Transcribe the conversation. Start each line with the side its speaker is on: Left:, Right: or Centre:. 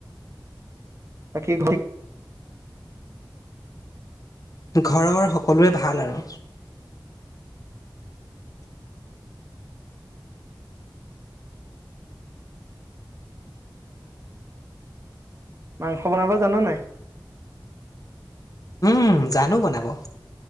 Right: বাকি ঘৰ
Left: ঘৰৰ সকলোৰে ভাল আৰু।
Right: মাংস বনাব জান' নাই?
Left: উম, জানো বনাব।